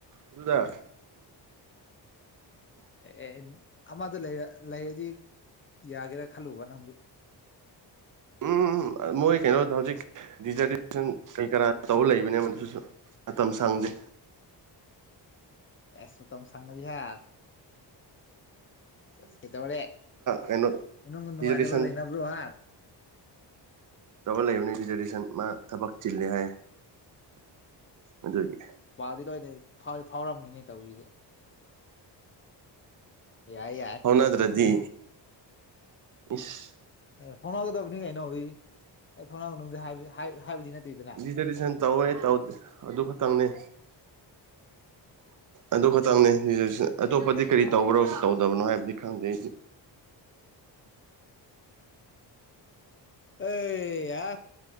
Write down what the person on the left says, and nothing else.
ꯑꯦ ꯑꯦ ꯑꯃꯗꯣ ꯂꯩ ꯂꯩꯔꯗꯤ ꯌꯥꯒꯦꯔꯥ ꯈꯜꯂꯨꯕ ꯅꯪꯗꯤ
ꯑꯦꯁ ꯇꯝ ꯁꯒꯗꯤ ꯍꯥꯏ ꯆꯁ ꯀꯩꯗꯧꯔꯦ
ꯅꯨꯡ ꯅꯨꯡꯉꯥꯏꯇꯕ
ꯂꯩꯅꯕ꯭ꯔꯣ ꯍꯥꯏ
ꯋꯥꯗꯤ ꯂꯣꯏꯅ ꯐ ꯐꯥꯎꯔꯝꯃꯤꯅꯦ ꯇꯧꯔꯤꯁꯦ ꯌꯥꯏ ꯌꯥꯏ
ꯑꯦ ꯊꯥꯎꯅꯥꯒꯗꯕꯅꯤ ꯀꯩꯅꯣ ꯎꯏ ꯑꯦ ꯊꯥꯎꯅꯥ ꯃꯅꯨꯡꯗ ꯍꯥꯏꯗꯤ ꯅꯠꯇꯦꯗꯅ
ꯑꯦ ꯌꯥ